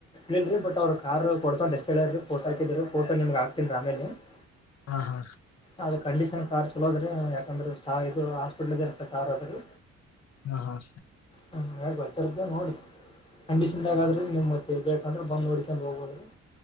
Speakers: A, on the left; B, on the left.
A: ಇ ಇಲ್ರಿ ಬಟ್ ಅವ್ರು ಕಾರ್ ಕೊಡ್ತಂತ ಎಷ್ಟ ಹೇಳ ಫೋಟೋ ಹಾಕಿದ್ ೋ ನಿಮ್ಗೆ ಹಾಕ್ತನಿ ರ ಆಮೇಲಿ <unintelligible>
B: ಹಾ ಹಾ
A: ಅದ ಕಂಡೀಷನ್ ಕಾರ್ ಚಲೋದ್ರಿ ಯಾಕಂದ್ರೆ ಇದು ಹಾಸ್ಪಿಟ್ಲ್ದ ಇರತ್ತೆ ಕಾರ್ ಅದ್ರೀ
B: ಹ ಹ
A: ಹ ಹ ಗೊತ್ತಿರುತ್ತೆ ನೋಡ್ರಿ ಕಂಡೀಶನ್ ಚಿಂದಾಗಾದ್ರೆ ನಿಮ್ಮ ಮತ್ತೆ ಬೇಕಂದ್ರೆ ಬಂದು ನಡ್ಕೊಂಡು ಹೋಗಬೋ್ರ